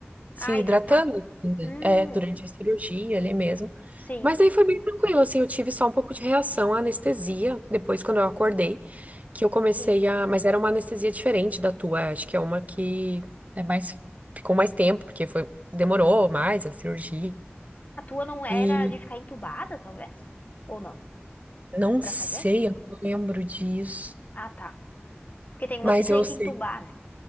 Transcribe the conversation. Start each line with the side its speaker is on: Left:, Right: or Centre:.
Right: se
Left: Ah,
Right: hidratando,
Left: hidratar.
Right: assim, né?
Left: Hum.
Right: É, durante a cirurgia ali mesmo.
Left: Sim,
Right: Mas aí foi bem tranquilo, assim, eu tive só um pouco de reação à anestesia, depois quando eu acordei, que eu comecei
Left: sim.
Right: a... Mas era uma anestesia diferente da tua, acho que é uma que é mais... Ficou mais tempo, porque foi... Demorou mais a cirurgia.
Left: A tua não era
Right: E
Left: de ficar entubada, talvez? Ou não?
Right: não
Left: Pra
Right: sei,
Left: fazer?
Right: eu não lembro disso,
Left: Ah, tá. Porque tem umas
Right: mas
Left: que tu tem
Right: eu sei.
Left: que entubar, né?